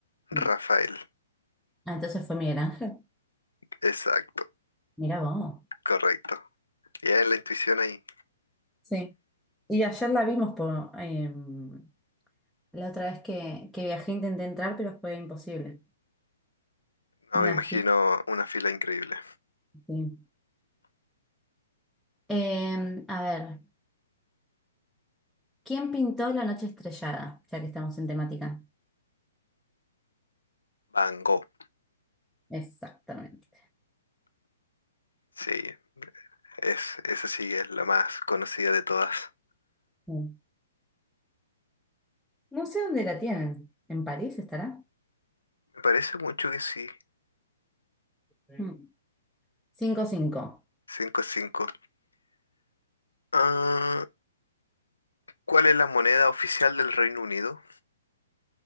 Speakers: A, on the left; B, in the centre.
A: Rafael.
B: mm. Ah, entonces fue Miguel Ángel.
A: Exacto,
B: Mira vos.
A: correcto. Ya es la intuición ahí.
B: Sí. Y ayer la vimos por, em, La otra vez que, que viajé intenté entrar, pero fue imposible.
A: No,
B: Una
A: me imagino
B: fila.
A: una fila increíble.
B: sí. Em, a ver, ¿quién pintó La noche estrellada? Ya que estamos en temática.
A: Van Gogh.
B: Exactamente.
A: Sí, es, esa sí es la más conocida de todas.
B: Mm. No sé dónde la tienen. ¿En París estará?
A: Me parece mucho que sí.
B: Mm. cinco 5
A: Cinco a cinco. Ah, ¿Cuál es la moneda oficial del Reino Unido?